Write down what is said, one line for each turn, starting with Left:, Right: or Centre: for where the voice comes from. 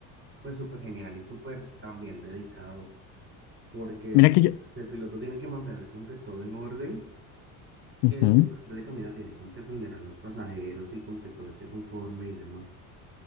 Right: pues súper genial y súper también dedicado. porque
Left: Mira que yo...
Right: el piloto tiene que mantener como que todo en orden.
Left: Ujú.
Right: El tripulante de cabina tiene como que atender a los pasajeros y como que todo esté conforme y demás.